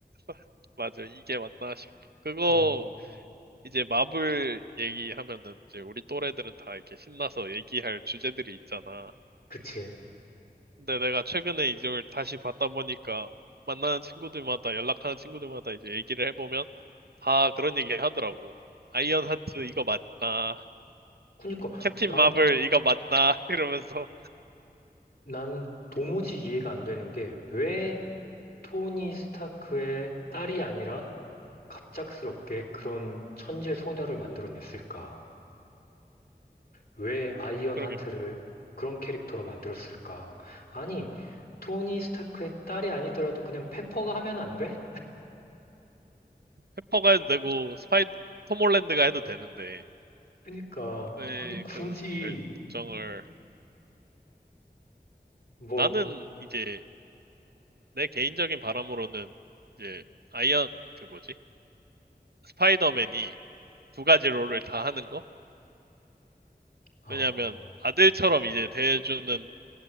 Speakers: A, on the right; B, on the left.
A: <laughs> 맞아, 이게 맞나 싶어. 그거
B: 어,
A: 이제 마블 얘기하면은 이제 우리 또래들은 다 이렇게 신나서 얘기할 주제들이 있잖아.
B: 그치.
A: 근데 내가 최근에 이걸 다시 봤다 보니까 만나는 친구들마다 연락하는 친구들마다 이제 얘기를 해보면 다 그런 얘기 하더라고. 아이언 하트 이거 맞나?
B: 그니까,
A: 캡틴
B: 난,
A: 마블 이거 맞나? <laughs> 이러면서
B: 난 도무지 이해가 안 되는 게 왜 토니 스타크의 딸이 아니라 갑작스럽게 그런 천재 소녀를 만들어냈을까? 왜 아이언
A: 그러게
B: 하트를
A: 말이야.
B: 그런 캐릭터로 만들었을까? 아니, 토니 스타크의 딸이 아니더라도 그냥 페퍼가 하면 안 돼?
A: 페퍼가 해도 되고 스파이 톰 홀랜드가 해도 되는데
B: 그러니까,
A: 왜
B: 아니, 굳이,
A: 그런 결정을
B: 뭐,
A: 나는 이제 내 개인적인 바람으로는 이제 아이언 그 뭐지? 스파이더맨이 두 가지 롤을 다 하는 거?
B: 어,
A: 왜냐면 아들처럼 이제 대해주는